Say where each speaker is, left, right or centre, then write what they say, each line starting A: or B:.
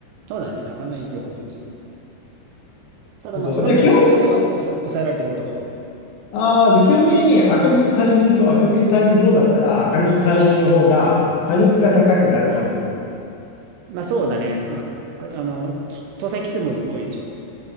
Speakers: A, on the right (about 80°); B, on the left (about 70°).
A: そうだね。あかんない撃は本当に強い。ただまあ、
B: なるほどじゃあ基本、
A: その分性能が抑え抑えられてることが多い。
B: ああ、じゃあ基本的に赤城海二と赤城海二棒だったら赤城海二の方が火力が高くなるはず。
A: まあ、そうだね。うん。あの、き搭載機数も多いでしょ。